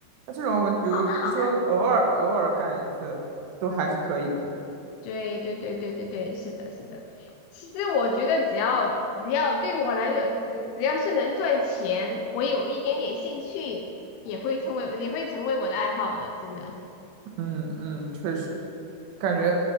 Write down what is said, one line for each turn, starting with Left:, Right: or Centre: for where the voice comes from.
Right: 那这种比如说偶尔偶尔干一次，
Left: 好的。
Right: 都还是可以的。
Left: 对对对对对对，是的，是的。其实我觉得只要只要对我来讲，只只要是能赚钱，我有一点点兴趣，也会成为也会成为我的爱好的，真的。
Right: 嗯嗯，确实。感觉，